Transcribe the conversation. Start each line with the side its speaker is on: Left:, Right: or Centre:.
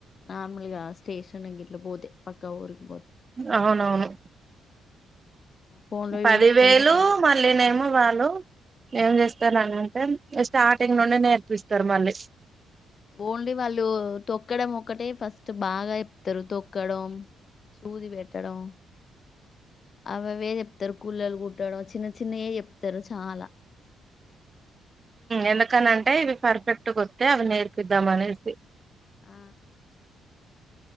Left: నార్మల్ గా స్టేషన్ గిట్లా పోతే పక్క ఊరికి పోతే
Right: అవునవును
Left: ఫోన్ లో
Right: పది
Left: చూసుకుంటే
Right: వేలు
Left: నేర్చు
Right: మళ్ళీనేమో వాళ్ళు ఏం చేస్ చెస్తనని అంటే స్టార్టింగ్ నుండి నేర్పిస్తారు మళ్ళీ
Left: ఓన్లీ వాళ్ళు తొక్కడం ఒక్కటే ఫస్ట్ బాగా ఎప్తారు తొక్కడం సూది వేట్టడం అవి అవే చెప్తారు. కూళ్ళలు కుట్టడ చిన్న చిన్నయే చెప్తారు చాలా
Right: ఎందుకనంటే ఇవి పర్ఫెక్ట్ వస్తే అవి నేర్పిద్దామ అనేసి
Left: ఆ